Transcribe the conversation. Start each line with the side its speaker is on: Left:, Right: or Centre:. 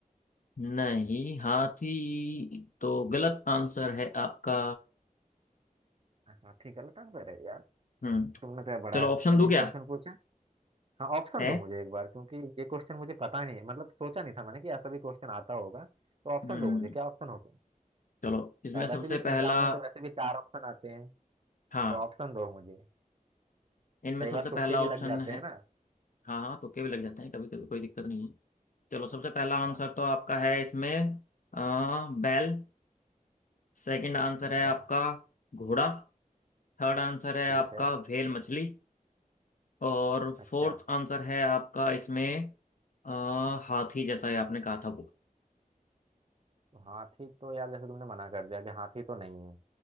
Left: नहीं हाथी तो गलत आंसर है आपका
Right: हाथी गलत आंसर है यार
Left: हम्म
Right: तुमने तो यार बड़ा
Left: चलो
Right: अजीब
Left: ऑप्शन दूं क्या
Right: क्वेश्चन पूछा हाँ ऑप्शन
Left: है
Right: दो मुझे एक बार क्योंकि ये क्वेश्चन मुझे पता नहीं है मतलब सोचा नहीं था मैंने कि ऐसा भी क्वेश्चन आता होगा तो ऑप्शन
Left: हम्म
Right: दो मुझे क्या ऑप्शन होगा
Left: चलो इसमें
Right: यार
Left: सबसे
Right: वैसे भी
Left: पहला
Right: एग्जाम में तो वैसे भी चार ऑप्शन आते हैं
Left: हाँ
Right: तो ऑप्शन दो मुझे
Left: इनमें
Right: कई
Left: सबसे
Right: बार
Left: पहला
Right: तुक्के भी
Left: ऑप्शन
Right: लग जाते
Left: है
Right: हैं ना
Left: हाँ हाँ तुक्के भी लग जाते हैं कभी कभी कोई दिक्कत नहीं है चलो सबसे पहला आंसर
Right: हाँ
Left: तो आपका है इसमें आ, बैल सेकंड आंसर
Right: अच्छा
Left: है आपका घोड़ा थर्ड आंसर है
Right: ठीक
Left: आपका
Right: है
Left: व्हेल मछली और
Right: अच्छा
Left: फोर्थ आंसर है आपका इसमें अ, हाथी जैसा है आपने कहा था वो
Right: तो हाथी तो यार जैसे तुमने मना कर दिया कि हाथी तो नहीं है